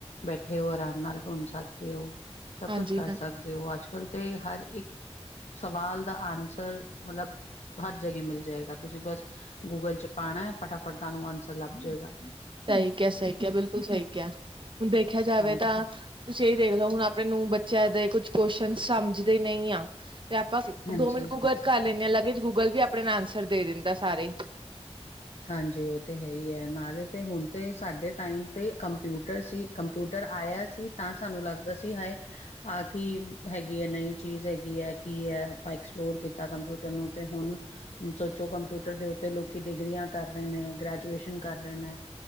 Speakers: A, on the left; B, on the right.
A: ਬੈਠੇ ਹੋ ਆਰਾਮ ਨਾਲ ਢੂੰਡ ਸਕਦੇ ਹੋ। ਸਭ
B: ਹਾਂਜੀ
A: ਕੁਛ ਕਰ
B: ਹਾਂ
A: ਸਕਦੇ ਹੋ ਅੱਜ ਕੱਲ ਤੇ ਹਰ ਇੱਕ ਸਵਾਲ ਦਾ ਆਨਸਰ ਮਤਲਬ। ਹਰ ਜਗਾ ਮਿਲ ਜਾਏਗਾ ਤੁਸੀਂ ਬਸ ਗੂਗਲ ਚ ਪਾਣਾ ਫਟਾਫਟ ਤੁਹਾਨੂੰ ਆਂਸਰ ਲੱਭ ਜੇਗਾ।
B: ਸਹੀ ਕਿਆ ਸਹੀ ਕਿਆ ਬਿਲਕੁਲ ਸਹੀ ਕਿਆ ਹੁਣ ਵੇਖਿਆ ਜਾਵੇ
A: ਹਾਂਜੀ,
B: ਤਾਂ ਤੁਸੀਂ ਇਹੀ ਦੇਖ ਲਓ ਹੁਣ ਆਪਣੇ ਨੂੰ ਬੱਚਿਆਂ ਦੇ ਕੁਛ ਕੁਸ਼ਚਨ ਸਮਝਦੇ ਨਹੀਂ ਆ। ਤੇ ਆਪਾਂ
A: ਹਾਂਜੀ,
B: ਦੋ ਮਿੰਟ ਗੂਗਲ ਕਰ ਲੈਂਦੇ ਹਾਂ ਲੱਗੇ ਚ ਗੂਗਲ ਵੀ ਆਪਣੇ ਨਾਲ ਆਂਸਰ ਦੇ ਦਿੰਦਾ ਸਾਰੇ।
A: ਹਾਂਜੀ ਉਹ ਤੇ ਹੈ ਹੀ ਹੈ ਨਾਲੇ ਤੇ ਹੁਣ ਤੇ ਸਾਡੇ ਟਾਈਮ ਤੇ ਕੰਪਿਊਟਰ ਸੀ। ਕੰਪਿਊਟਰ ਆਇਆ ਸੀ ਤਾਂ ਸਾਨੂੰ ਲੱਗਦਾ ਸੀ ਹਾਏ ਆਹ ਕੀ ਹੈਗੀ ਹੈ ਨਈਂ ਚੀਜ਼ ਹੈਗੀ ਹੈ ਕੀ ਹੈ ਆਪਾਂ ਐਕਸਪਲੋਰ ਕੀਤਾ। ਕੰਪਿਊਟਰ ਨੂੰ ਤੇ ਹੁਣ ਸੋਚੋ ਕੰਪਿਊਟਰ ਦੇ ਉੱਤੇ ਲੋਕੀ ਡਿਗਰੀਆਂ ਕਰ ਰਹੇ ਨੇ ਗ੍ਰੈਜੂਏਸ਼ਨ ਕਰ ਰਹੇ ਨੇ